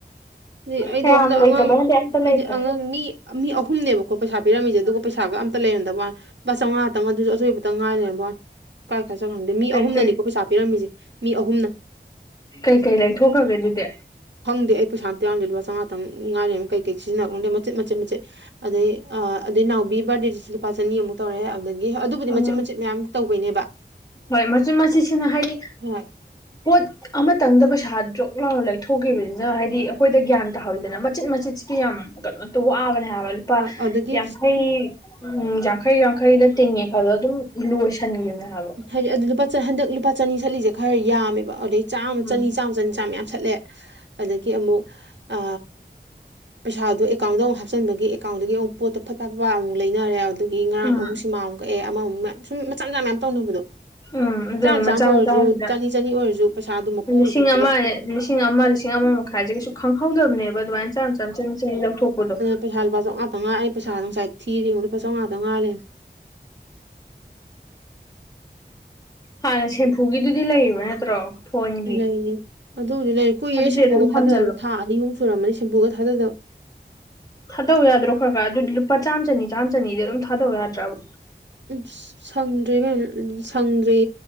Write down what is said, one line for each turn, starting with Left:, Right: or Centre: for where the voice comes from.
Right: ꯑꯗꯩ ꯑꯩꯗꯣ
Left: ꯀꯌꯥꯝ
Right: ꯍꯟꯗꯛ
Left: ꯂꯩꯇꯕ
Right: ꯑꯉꯥꯡ
Left: ꯅꯠꯇꯦ ꯑꯝꯇ ꯂꯩꯇꯦ
Right: ꯑꯩꯗꯤ ꯑꯉꯥꯡ ꯃꯤ ꯃꯤ ꯑꯍꯨꯝꯅꯦꯕꯀꯣ ꯄꯩꯁꯥ ꯄꯤꯔꯝꯃꯤꯁꯦ ꯑꯗꯨꯒ ꯄꯩꯁꯥꯒ ꯑꯝꯇ ꯂꯩꯔꯝꯗꯕꯅ ꯂꯨꯄꯥ ꯆꯧꯉꯥ ꯈꯛꯇꯪ ꯑꯗꯨꯖꯨ ꯑꯆꯣꯏꯕꯇꯪ ꯉꯥꯏꯔꯥ ꯂꯩꯔꯝꯕ ꯋꯥꯅꯤ ꯀꯥꯏ ꯀꯏ ꯆꯠꯈꯔꯕꯅꯣ ꯈꯪꯗꯦ ꯃꯤ
Left: ꯀꯩꯀꯩ
Right: ꯑꯍꯨꯝꯅꯅꯤꯀꯣ ꯄꯩꯁꯥ ꯄꯤꯔꯃꯤꯁꯦ ꯃꯤ ꯑꯍꯨꯝꯅ
Left: ꯀꯩ ꯀꯩ ꯂꯩꯊꯣꯛꯈ꯭ꯔꯒꯦ ꯑꯗꯨꯗꯤ
Right: ꯐꯪꯗ ꯑꯩꯩꯥꯇ ꯌꯥꯝꯗꯦ ꯂꯄꯥ ꯆꯃꯉꯥꯇ ꯉꯥꯏꯔꯦꯝ ꯀꯩ ꯀꯩ ꯁꯤꯖꯤꯟꯅꯝꯗꯦ ꯃꯆꯦꯠ ꯃꯆꯦꯠ ꯃꯆꯦꯠ ꯑꯗꯩ ꯑꯗꯩ ꯅꯥꯎꯕꯤ ꯕꯥꯔꯗꯦꯗꯁꯨ ꯂꯨꯄꯥ ꯆꯅꯤꯃꯨꯛ ꯇꯧꯔꯦ ꯑꯗꯨꯗꯒꯤ ꯑꯗꯨꯕꯨꯗꯤ
Left: ꯎꯝ
Right: ꯃꯆꯦꯠ ꯃꯆꯦꯠ ꯃꯌꯥꯝ ꯇꯧꯕꯩꯅꯦꯕ
Left: ꯍꯣꯏ ꯃꯆꯤꯠ ꯃꯆꯤꯠꯁꯤꯅ ꯍꯥꯏꯗꯤ
Right: ꯍꯣꯏ
Left: ꯄꯣꯠ ꯑꯃꯇꯪꯗ ꯄꯩꯁꯥ ꯗ꯭ꯔꯣꯛ ꯂꯥꯎꯅ ꯂꯩꯊꯣꯛꯈꯤꯕꯁꯤꯅ ꯍꯥꯏꯗꯤ ꯑꯩꯈꯣꯏꯗ ꯒ꯭ꯌꯥꯟ ꯇꯥꯍꯧꯋꯤꯗꯅ ꯃꯆꯤꯠ ꯃꯆꯤꯠꯁꯤꯗꯤ ꯌꯥꯝ ꯀꯩꯅꯣ ꯇꯧꯕꯑꯕꯅꯦ ꯍꯥꯏꯕ ꯂꯨꯄꯥ
Right: ꯍꯣꯏ ꯑꯗꯒꯤ
Left: ꯌꯥꯡꯈꯩ ꯎꯝ ꯌꯥꯡꯈꯩ ꯌꯥꯡꯈꯩꯗ ꯇꯤꯡꯉꯦ ꯈꯜꯗꯣ ꯑꯗꯨꯝ ꯂꯣꯏꯁꯟꯈꯤꯕꯦꯅꯦ ꯍꯥꯏꯣ
Right: ꯍꯥꯏꯗꯤ ꯑꯗꯨ ꯂꯨꯄꯥ ꯍꯟꯗꯛ ꯂꯨꯄꯥ ꯆꯅꯤ ꯁꯠꯂꯤꯁꯦ ꯈꯔ ꯌꯥꯝꯃꯦꯕ ꯑꯗꯩ ꯆꯥꯝꯃ
Left: ꯎꯝ
Right: ꯆꯅꯤ ꯆꯥꯝꯃ ꯆꯅꯤ ꯆꯥꯝꯃ ꯌꯥꯝ ꯁꯠꯂꯦ ꯑꯗꯒꯤ ꯑꯃꯨꯛ ꯑ ꯄꯩꯁꯥꯗꯨꯣ ꯑꯦꯀꯥꯎꯟꯗ ꯑꯃꯨꯛ ꯍꯥꯞꯆꯤꯟꯕꯒꯤ ꯑꯦꯀꯥꯎꯟꯗꯨꯗꯒꯤ ꯐꯠ ꯐꯠ ꯑꯃꯨꯛ ꯂꯩꯅꯔꯦ ꯑꯗꯨꯒꯤ ꯉꯔꯥꯡ
Left: ꯎꯝ
Right: ꯑꯃꯨꯛ ꯁꯤꯃꯥꯃꯨꯛ ꯀꯛꯑꯦ ꯑꯃꯃꯨꯛ ꯃꯌꯥꯝ ꯁꯨꯝ ꯃꯆꯥ ꯃꯆꯥ ꯃꯌꯥꯝ ꯇꯧꯅꯕꯗꯣ
Left: ꯎꯝ ꯑꯗꯨꯅꯦ
Right: ꯆꯥꯝ
Left: ꯃꯆꯥ
Right: ꯆꯥꯃ ꯑꯣꯏꯔꯁꯨ
Left: ꯃꯆꯥꯁꯤꯗ
Right: ꯆꯅꯤ ꯆꯅꯤ ꯑꯣꯏꯔꯁꯨ ꯄꯩꯁꯥꯗꯣ ꯃꯄꯨꯝ
Left: ꯂꯤꯁꯤꯡ
Right: ꯍꯦꯛꯇ ꯄꯨꯜꯂꯞ
Left: ꯑꯃ ꯂꯤꯁꯤꯡ ꯑꯃ ꯂꯤꯁꯤꯡ ꯑꯃ ꯃꯈꯥꯏꯁꯦ ꯀꯩꯁꯨ ꯈꯪꯍꯧꯗꯕꯅꯦꯕ ꯑꯗꯨꯃꯥꯏꯅ ꯆꯥꯝ ꯆꯥ ꯆꯟ ꯆꯍꯤ ꯂꯧꯊꯣꯛꯄꯗꯣ
Right: ꯄꯩꯁꯥꯨ ꯂꯨꯄꯥ ꯆꯃꯉꯥ ꯈꯛꯇ ꯉꯥꯏ ꯂꯩ ꯔꯝꯃꯦ ꯉꯁꯥꯏ ꯊꯤꯔꯤꯨ ꯂꯨꯄꯥꯥ ꯆꯥꯝꯉꯥꯇꯪ ꯉꯥꯏꯔꯦ
Left: ꯍꯥꯟꯅ ꯁꯦꯝꯄꯐꯨꯒꯤꯗꯨꯗꯤ ꯂꯩꯌꯦꯕ ꯅꯠꯇ꯭ꯔꯣ ꯐꯣꯟꯒꯤ
Right: ꯂꯩꯌꯦ ꯑꯗꯨꯕꯨꯗꯤ ꯂꯩꯔꯦ ꯀꯨꯏꯔꯦ
Left: ꯑꯗꯨꯗꯤ
Right: ꯁꯦꯡꯕꯨꯨꯒ
Left: ꯑꯗꯨꯝ ꯊꯝꯖꯜꯂꯣ
Right: ꯊꯥꯗꯕ ꯊꯥ ꯑꯅꯤ ꯑꯍꯨꯝ ꯁꯨꯔꯝꯃꯅꯤ ꯁꯦꯡꯕꯨꯨꯒ ꯊꯥꯗꯗꯕ
Left: ꯊꯥꯗꯧ ꯌꯥꯗ꯭ꯔꯣ ꯈꯔ ꯈꯔ ꯑꯗꯨꯗꯤ ꯂꯨꯄꯥ ꯆꯥꯝꯃ ꯆꯅꯤ ꯆꯥꯝꯃ ꯆꯅꯤꯗꯤ ꯑꯗꯨꯝ ꯊꯥꯗꯧ ꯌꯥꯗ꯭ꯔꯕ
Right: ꯏꯁ ꯁꯪꯗ꯭ꯔꯦ ꯏꯕꯦꯝ ꯁꯪꯗ꯭ꯔꯦ